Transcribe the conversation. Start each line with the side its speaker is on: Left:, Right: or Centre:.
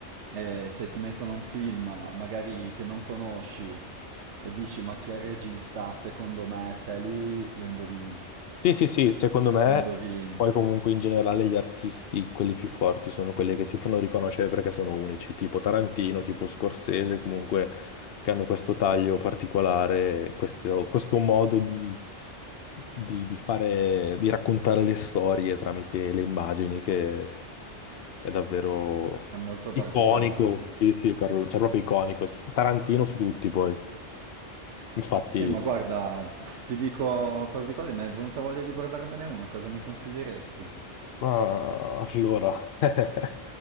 Right: eh, se ti mettono un film magari che non conosci e dici ma chi è il regista, secondo me se è lui lo indovini,
Left: Sì, sì, sì, secondo me
Right: lo indovini.
Left: poi comunque in generale gli artisti, quelli più forti, sono quelli che si fanno riconoscere perché sono unici, tipo Tarantino, tipo Scorsese, comunque che hanno questo taglio particolare, questo, questo modo di, di- di fare, di raccontare le storie tramite le immagini che è davvero
Right: È molto
Left: iconico,
Right: particolare.
Left: sì, sì, per- cioè proprio iconico, Tarantino su tutti poi, infatti...
Right: Sì, ma guarda, ti dico quasi quasi, mi è venuta voglia di guardarmene uno, cosa mi consiglieresti?
Left: Ah, allora. <laughs>